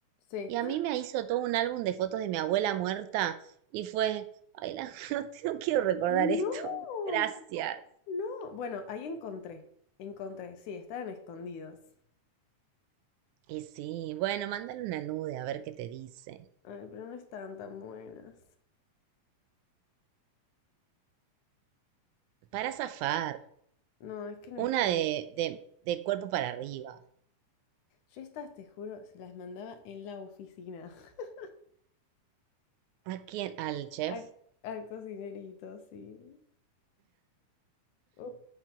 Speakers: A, on the left (about 75°); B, on the right (about 80°).
A: sí.
B: Y a
A: <gasps>
B: mí me hizo todo un álbum de fotos de mi abuela muerta y fue, ay, la- <laughs> no, te- no quiero recordar
A: Mm.
B: esto,
A: No,
B: gracias.
A: no. Bueno, ahí encontré. Encontré, sí, estaban escondidos.
B: Y sí, bueno, mándale una nude a ver qué te dice.
A: Ay, pero no estaban tan buenas.
B: Para zafar,
A: No, es que no
B: una
A: están.
B: de, de, de cuerpo para arriba.
A: Yo estas, te juro, se las mandaba en la oficina. <laughs>
B: ¿A quién? Al chef,
A: Al, al cocinerito, sí. Oh,